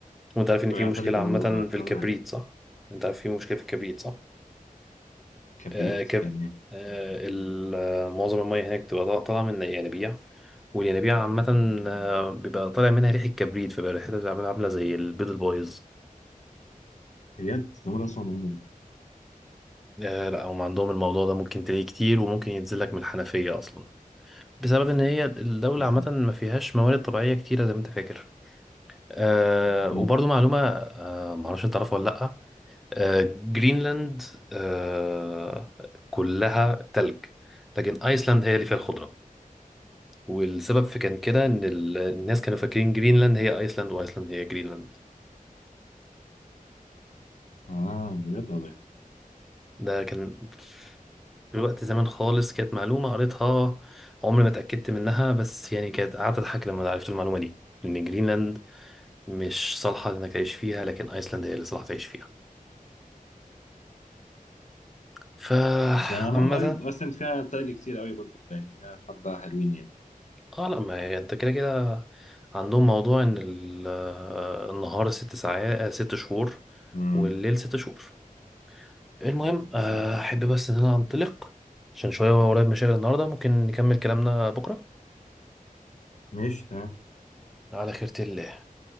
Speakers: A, in the centre; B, on the left.
A: وانت عارف ان
B: تتفرج
A: في
B: على
A: مشكلة
B: تلج وبرغم
A: عامة في الكبريت
B: على
A: صح انت عارف في مشكلة في الكبريت صح
B: كبريت
A: آه آه، كب
B: يعني
A: آه ال- آه، معظم المية هناك بتبقى طا- طالعة من ينابيع والينابيع عامة آه، بيبقى طالع منها ريحة كبريت فبقى ريحتها بتبقى عاملة زي البيض البايظ
B: بجد ده مرة أسمع المعلومة دي
A: آه لا هم عندهم الموضوع ده ممكن تلاقيه كتير وممكن ينزل لك من الحنفية أصلا بسبب إن هي الدولة
B: أصلا
A: عامة ما فيهاش موارد طبيعية كتيرة زي ما أنت فاكر آه وبرضو
B: مم.
A: معلومة آه معرفش أنت تعرفها ولا لأ آه، جرينلاند آه، كلها تلج لكن ايسلاند هي اللي فيها الخضره والسبب في كان كده ان ال- الناس كانوا فاكرين جرينلاند هي ايسلاند وايسلاند هي جرينلاند
B: آه بجد والله
A: ده كان في وقت زمان خالص كانت معلومه قريتها عمري ما اتاكدت منها بس يعني كانت قعدت اضحك لما عرفت المعلومه دي ان جرينلاند مش صالحه انك تعيش فيها لكن ايسلاند هي اللي صالحه تعيش فيها فعامة
B: بس يعني لما لايت اصلا فيها تاج كتير قوي برضه يعني فيها حبة حلوين يعني
A: اه لا ما هي انت كده كده عندهم موضوع ان ال- آه، النهار ست ساعات آه، ست شهور
B: امم
A: والليل ست شهور المهم آه،
B: آه،
A: احب بس ان انا انطلق عشان شوية ورايا مشاغل النهاردة ممكن نكمل كلامنا بكرة
B: ماشي تمام
A: على خيرة الله